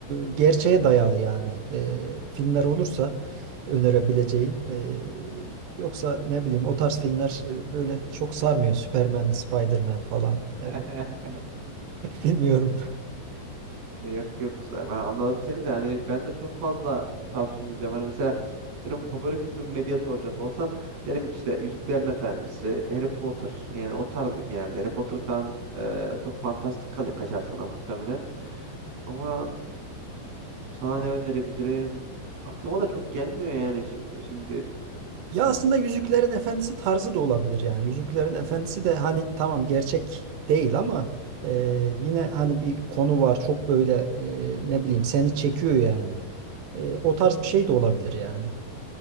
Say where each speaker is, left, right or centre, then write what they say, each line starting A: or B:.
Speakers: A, on the right; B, on the right.
A: e, gerçeğe dayalı yani E, filmler olursa önerebileceğin e, yoksa ne bileyim o tarz filmler e, böyle çok sarmıyor Superman, Spiderman falan
B: <laughs>
A: E, <laughs> bilmiyorum.
B: E, Yok yok ben anladım seni de hani ben de çok fazla bu tarz film izliyorum. Hani mesela benim favori filmim ne diye soracak olsan derim ki işte Yüzüklerin Efendisi, Harry Potter yani o tarz bir genelde. Harry Potter falan e, çok fantastik kalıyor kaçar sana muhtemelen. Ama sana ne önerebilirim? Aklıma da çok gelmiyor yani şi- şimdi.
A: Ya
B: E,
A: aslında Yüzüklerin Efendisi tarzı da olabilir yani Yüzüklerin Efendisi de hani tamam gerçek değil ama e, yine hani bir konu var çok böyle e, ne bileyim seni çekiyor yani. E, o tarz bir şey de olabilir yani.